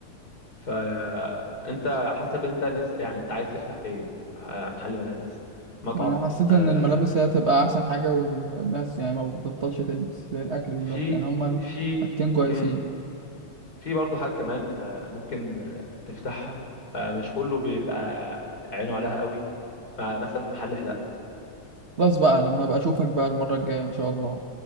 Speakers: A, on the left (about 45°); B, on the right (about 40°).
A: فانت حسب انت نفس يعني انت عايز تفتح ايه آه، محل ملابس مطعم
B: ما أنا حسيت
A: آه،
B: إن الملابس هي هتبقى أحسن حاجة والناس يعني ما بتبطلش تلبس زي الأكل بالظبط
A: في
B: يعني هما
A: في
B: الحاجتين كويسين
A: مم. في برضه حاجه كمان آه، ممكن آه، تفتحها آه، مش كله بيبقى عينه عليها قوي آه، مثلا محل حلاقه
B: خلاص بقى لما أبقى أشوفك بقى المرة الجاية إن شاء الله